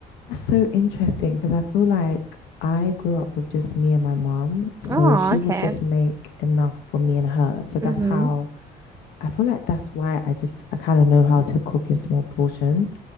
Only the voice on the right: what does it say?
Oh,
okay.
Mm-hmm.